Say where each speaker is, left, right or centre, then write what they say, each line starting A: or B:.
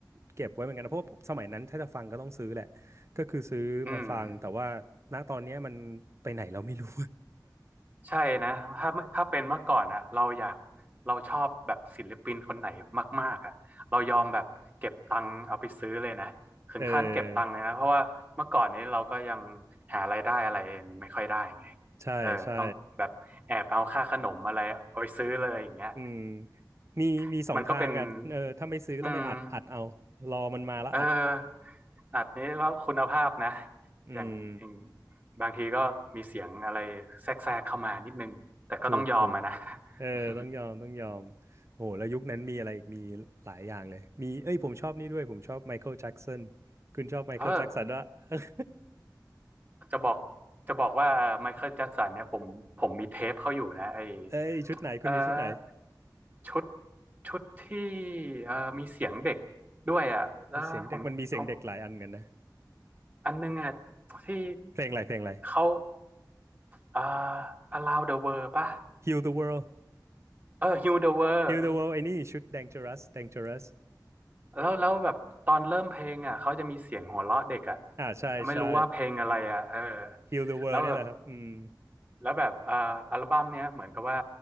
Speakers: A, on the right; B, on the right.
A: เก็บไว้เหมือนกันนะเพราะว่าสมัยนั้นถ้าจะฟังก็ต้องซื้อแหละ ก็คือซื้อมาฟังแต่ว่าณตอนเนี้ยมันไปไหนเราไม่รู้
B: อืม ใช่นะถ้าถ้าเป็นเมื่อก่อนอะเราอยากเราชอบแบบศิลปินคนไหนมากๆอะเรายอมแบบเก็บตังค์เอาไปซื้อเลยนะถึงขั้นเก็บตังค์เลยนะเพราะว่าเมื่อก่อนนี้เราก็ยัง
A: <laughs> เออ
B: หารายได้อะไรเองไม่ค่อยได้ไง
A: ใช่ใช่
B: เออต้องแบบแอบเอาค่าขนมอะไรเอาไปซื้อเลยอย่างเงี้ย
A: อืมมีมีสองทางอ่ะเออถ้าไม่ซื้อก็ต้องไปอัดอัดเอา
B: <laughs> มันก็เป็นอืม
A: รอมันมาแล้วอัด
B: เอออัดนี้ก็คุณภาพนะ
A: อืม
B: อย่างอย่างบางทีก็มีเสียงอะไรแทรกแทรกเข้ามานิดนึงแต่ก็ต้องยอมอะนะ
A: ถูกถูกเออต้องยอมต้องยอม
B: <laughs>
A: โอ้โหแล้วยุคนั้นมีอะไรอีกมีหลายอย่างเลย มี เอ้ย ผมชอบนี่ด้วย ผมชอบไมเคิลแจ็กสันคุณชอบไมเคิลแจ็กสันด้วะ
B: เออจะบอกจะบอกว่าไมเคิลแจ็คสันเนี่ยผมผมมีเทปเขาอยู่นะไอ
A: เอ้ย ชุดไหนคุณมีชุดไหน
B: เออชุดชุดที่เออมีเสียงเด็กด้วยอ่ะแล้วผมผม
A: มีเสียงเด็กมันมีเสียงเด็กหลายอันกันนะ
B: อันนึงอ่ะที่
A: เพลงอะไรเพลงอะไร
B: เขาเอ่อ Allow the World ป่ะ
A: Heal the World
B: เออ Heal the World
A: Heal the World ไอ้นี่ชุด Dangerous Dangerous
B: แล้วแล้วแบบตอนเริ่มเพลงอ่ะเขาจะมีเสียงหัวเราะเด็กอ่ะ
A: อ่าใช่ใช่
B: ไม่รู้ว่าเพลงอะไรอ่ะเออ
A: Heal the World
B: แล้วแบบ
A: เนี่ยแหละครับอืม
B: แล้วแบบอ่าอัลบั้มเนี้ยเหมือนกับว่า